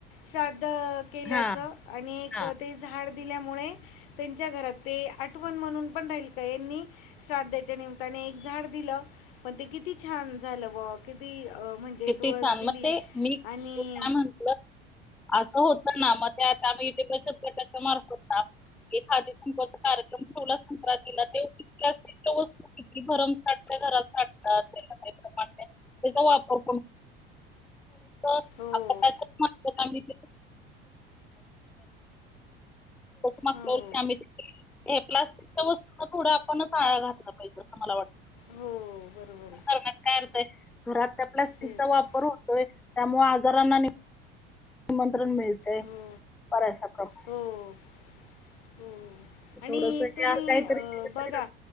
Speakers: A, on the left; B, in the centre.
A: श्राद्ध अ.. केल्याचं
B: हा
A: आणि एक
B: हा
A: ते झाड दिल्यामुळे त्यांच्या घरात ते आठवण म्हणून पण राहिल का यांनी श्राद्धाच्या निमित्याने एक झाड दिलं, पण ते किती छान झालं वा.. किती म्हणजे
B: किती
A: तुळस
B: छान
A: दिली
B: मग ते मी
A: आणि
B: काय म्हंटलं असं होतं ना मग ते आता आम्ही इथ बचत गटाच्या मार्फत ना एखादी कुंकवाचा कार्यक्रम ठेवला संक्रांतीला ते <unintelligible> किती भरमसाठ त्या घरात साठतात <unintelligible> त्याचा वापर <unintelligible>
A: हो
B: <unintelligible> थोडस मागच्या
A: हो
B: वर्षी आम्ही हे प्लास्टिकच्या वस्तूना थोडं आपण आळा घातला पाहिजे अस मला वाटतं.
A: हो बरोबर आहे
B: करण्यात काय अर्थ आहे. घरात त्या प्लास्टिकचा
A: तेच
B: वापर होतोय त्यामुळे आजारांना निमंत्रण मिळतय
A: हो
B: <unintelligible>
A: हो हो
B: थोडंसं
A: आणि
B: हे
A: तुम्ही
B: असं काहीतरी
A: अ
B: केलं
A: बघा
B: तरी